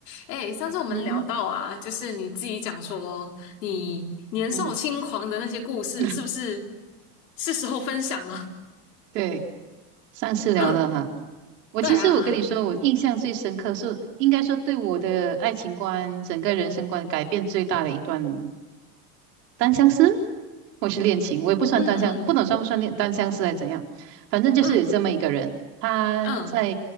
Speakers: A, on the left (about 85°); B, on the right (about 80°).
A: 哎，上次我们聊到啊，
B: 嗯
A: 就是你自己讲说你年少轻狂的那些故事，
B: 嗯，<laughs>
A: 是不是是时候分享了？
B: 对，上次聊的哈，
A: 嗯，
B: 我其实我跟你说，
A: 对啊，
B: 我印象最深刻是，应该说对我的爱情观、整个人生观改变最大的一段单相思，或是恋情，我也不算单相，
A: 嗯
B: 不能算不算恋单相思还是怎样，反正就是有这么一个人，
A: 嗯
B: 他在
A: 嗯